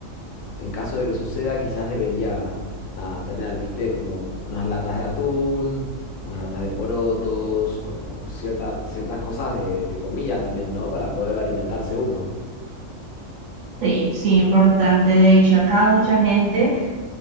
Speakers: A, on the left; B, on the right.
A: en caso de que suceda, quizás debería, nada, tener, viste, como unas latas de atún, unas latas de porotos, como cierta, ciertas cosas de, de comida también, ¿no? Para poder alimentarse uno.
B: Sí, sí, importante. De hecho, acá mucha gente...